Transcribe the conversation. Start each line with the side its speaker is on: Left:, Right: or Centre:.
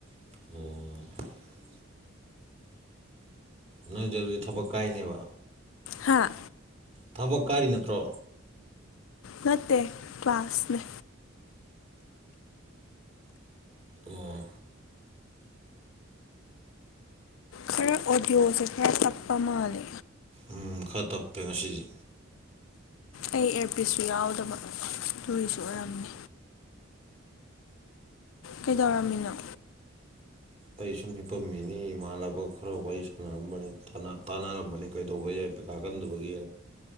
Right: ꯑꯣ ꯅꯪꯏꯖꯦꯗꯨꯗꯤ ꯊꯕꯛ ꯀꯥꯏꯅꯦꯕ
Left: ꯍꯥꯥ
Right: ꯊꯕꯛ ꯀꯥꯔꯤ ꯅꯠꯇ꯭ꯔꯣ
Left: ꯅꯠꯇꯦ ꯀ꯭ꯂꯥꯁꯅꯦ
Right: ꯑꯣ
Left: ꯈꯔ ꯑꯣꯗꯤꯌꯣꯁꯦ ꯈꯔ ꯇꯞꯄ ꯃꯥꯜꯂꯦ
Right: ꯎꯝ ꯈꯔ ꯇꯞꯄꯦ ꯉꯁꯤꯁꯤ
Left: ꯑꯩ ꯑꯦꯔꯄꯤꯁꯁꯨ ꯌꯥꯎꯗꯕ ꯗꯨꯏꯁꯨ ꯑꯣꯏꯔꯝꯅꯤ ꯀꯩꯗꯧꯔꯝꯃꯤꯅꯣ
Right: ꯑꯩ ꯁꯨꯝ ꯍꯤꯄꯝ ꯃꯤꯅꯤ ꯏꯃꯥꯟꯅꯕꯒ ꯈꯔ ꯋꯥꯔꯤ ꯁꯥꯟꯅꯔꯝꯕꯅꯤ ꯇꯥꯟꯅꯥ ꯇꯥꯟꯅꯔꯝꯕꯅꯤ ꯀꯩꯗꯧꯕ ꯌꯥꯏ ꯇꯥꯒꯟꯗꯕꯒꯤ